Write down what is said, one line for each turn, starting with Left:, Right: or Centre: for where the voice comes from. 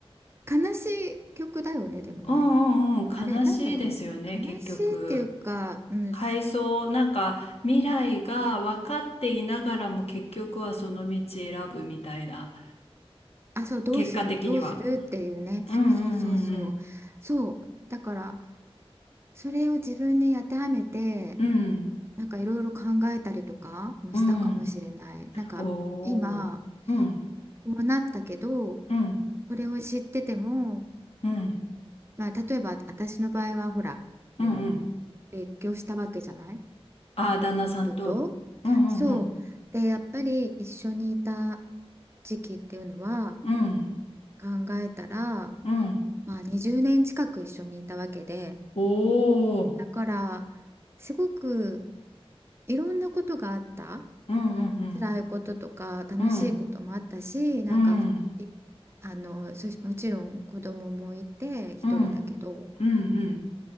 Right: う、悲しい曲だよね、でもね。
Left: うんうんうん、
Right: あれ、
Left: 悲しいですよね、
Right: なんだろう。
Left: 結局。
Right: 悲しいっていうか、うん、
Left: 回想、
Right: す
Left: なんか、未来が分かっていながらも結局はその道選ぶみたいな、
Right: あ、そう、どうする、
Left: 結果的には。
Right: どうするっていうね。
Left: うんうんうん
Right: そうそうそうそう。そう。だから、それを自分に当てはめて、
Left: うん。
Right: なんかいろいろ考えたりとかもしたかもしれない。
Left: うん。うん。
Right: なんか、
Left: おー。
Right: 今、
Left: うん
Right: こうなったけど、
Left: うん
Right: これを知ってても、
Left: うん
Right: まあ、例えば私の場合は、ほら、
Left: うんうん。
Right: もう別居したわけじゃない。
Left: ああ、旦那さんと。
Right: 夫と。
Left: うんうんうん。
Right: そう。で、やっぱり一緒にいた時期っていうのは、
Left: うん。
Right: 考えたら、
Left: うん。
Right: まあ、20年近く一緒にいたわけで
Left: おー。
Right: だからすごくいろんなことがあった
Left: うんうん
Right: 辛いこととか楽しいこともあったしなんかい
Left: うん。うん。うん。
Right: あのそしもちろん子供もいて一人だけど
Left: うんうん。